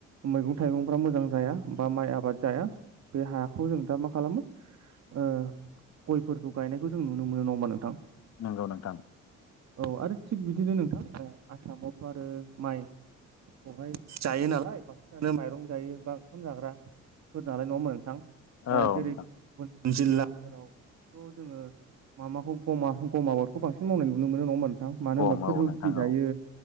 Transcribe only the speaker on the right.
मैगं थाइगंफ्रा मोजां जाया बा माइ आबाद जाया बे हाखौ जों दा मा खालामो ओ गयफोरखौ गायनायखौ जों नुनो मोनो नङाोमा नोंथां।
औ आरो थिग बिदिनो नोंथां आसामावथ' आरो माइ बेहाय जायो नालाय बांसिनानो माइरं जायो बा ओंखाम जाग्राफोर नालाय नङोन। दा
जेरै
गुब गुबुनुन जिल्लाफोरावथ' जोङो <unintelligible> माबाखौमा गम आबादखौ बांसिन मावनाय नुनो मोनो नङा होमब नोंथां। मानो
होनोमबा बिसोर
रुटि
जायो